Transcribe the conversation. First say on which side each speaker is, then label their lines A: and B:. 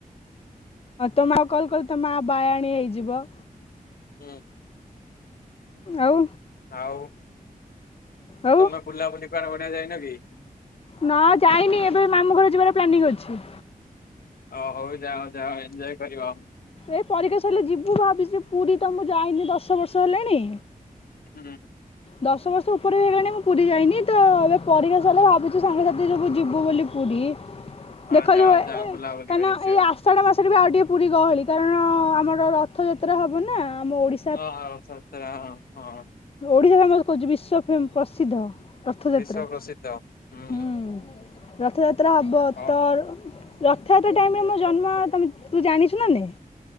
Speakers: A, on the left; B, on the left.
A: ହଁ ତମେ ଆଉ କଲ୍ କଲେ ତ ମା ବାଆଣୀ ହେଇଯିବ।
B: ହୁଁ
A: ଆଉ
B: ଆଉ
A: ଆଉ
B: ତମେ ବୁଲାବୁଲି କୁଆଡେ ଗୋଟେ ଯାଇନ କି?
A: ନାଁ ଯାଇନି ଏବେ ମାମୁଁ ଘରେ ଯିବାର ପ୍ଲାନିଂ ଅଛି।
B: ଅ ହଉ ଯାଅ ଯାଅ ଏନ୍ଞ୍ଜଏ କରିବ।
A: ଏ ପରିକା ସରିଲେ ଯିବୁ ଭାବିଛି ପୁରୀ ତ ମୁଁ ଯାଇନି ଦଶ ବର୍ଷ ହେଲାଣି।
B: ହୁଁ
A: ଦଶ ବର୍ଷ ଉପରେ ହେଇଗଲାଣି ମୁଁ ପୁରୀ ଯାଇନି, ତ ଏବେ ପରକ୍ଷା ସରିଲେ ଭାବୁଛୁ ସାଙ୍ଗସାଥି ସବୁ ଯିବୁ ବୋଲି ପୁରୀ।
B: ହଁ
A: ଦେଖ
B: ଯାଅ
A: ଯୋ
B: ଯାଅ ବୁଲାବୁଲି
A: କାନ
B: କରି ଆସିବ।
A: ଏ ଆ ଆଷାଢ଼ ମାସରେ ବି ଆଉ ଟିକେ ପୁରୀ ଗହଳି କାରଣ ଆମର ରଥଯାତ୍ରା ହେବ ନା ଆମ ଓଡ଼ି
B: ହଁ ହତରା ହଁ
A: ଓଡିଶା ଫେମସ କହୁଚୁ, ବିଶ୍ଵ ଫେମସ୍ ପ୍ରସିଦ୍ଧ ରଥଯାତ୍ରା
B: ବିଶ୍ଵ ପ୍ରସିଦ୍ଧ। ହୁଁ
A: ହୁଁ। ରଥଯାତ୍ରା ହବ
B: ହଁ
A: ତ ରଥଯାତ୍ରା ଟାଇମ୍ ରେ ମୋ ଜନ୍ମ ତମେ ତୁ ଜାଣିଛୁ ନା ନାଇଁ?